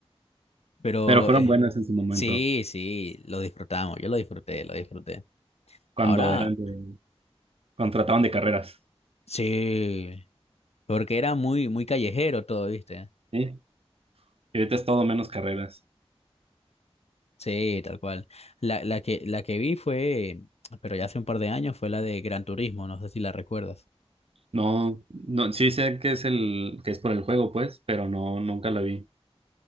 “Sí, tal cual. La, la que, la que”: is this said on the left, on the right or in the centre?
Left